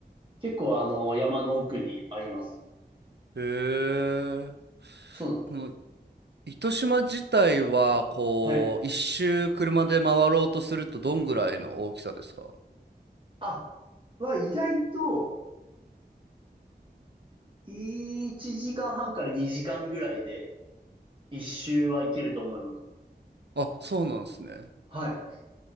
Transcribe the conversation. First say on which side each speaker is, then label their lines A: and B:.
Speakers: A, on the right; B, on the right.
A: 結構あの、山の奥にあります。
B: へえ。
A: そうなんです。
B: この糸島自体は、こう、
A: はい。
B: 一周車で回ろうとするとどんぐらいの大きさですか
A: あ、は意外と、1時間半から2時間ぐらいで、一周はいけると思います。
B: あ、そうなんですね。
A: はい。